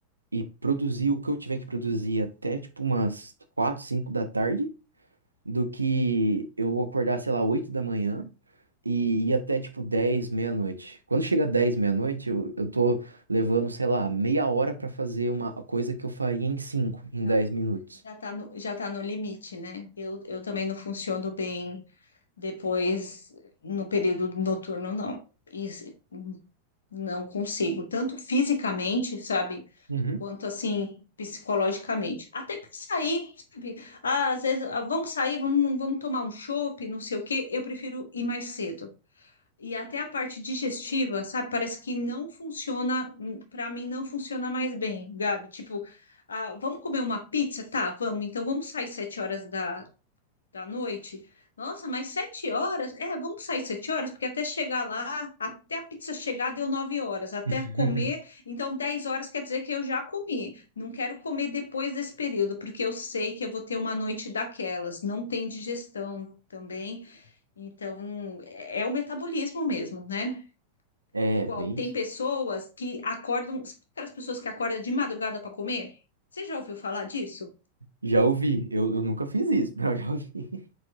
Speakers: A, on the right; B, on the left.
A: e produzir o que eu tiver que produzir até tipo umas 4, 5 da tarde do que eu acordar, sei lá, 8 da manhã e ir até tipo 10 meia-noite. Quando chega 10 meia-noite, eu, eu tô levando, sei lá, meia hora pra fazer uma coisa que eu faria em 5, em
B: Já,
A: dez minutos.
B: já tá no, já tá no limite, né? Eu, eu também não funciono bem Depois, no período noturno, não. E se- não consigo, tanto fisicamente, sabe,
A: Uhum.
B: quanto assim, psicologicamente. Até para sair, sabe? Ah, Às vezes, ah, vamos sair, vamos, vamos tomar um chopp, não sei o quê, eu prefiro ir mais cedo. E até a parte digestiva, sabe, parece que não funciona, para mim não funciona mais bem, Gabi. Tipo, ah, vamos comer uma pizza? Tá, vamos, então vamos sair sete horas da, da noite. Nossa, mas sete horas? É, vamos sair sete horas, porque até chegar lá, até a pizza chegar deu nove horas, até
A: <laughs>
B: comer, então dez horas quer dizer que eu já comi. Não quero comer depois desse período, porque eu sei que eu vou ter uma noite daquelas. Não tem digestão também, então é é o metabolismo mesmo, né?
A: É,
B: Igual
A: bem
B: tem
A: isso.
B: pessoas que acordam, sabe aquelas pessoas que acordam de madrugada para comer? Você já ouviu falar disso?
A: Já ouvi. Eu, eu nunca fiz isso, <laughs> mas eu já ouvi.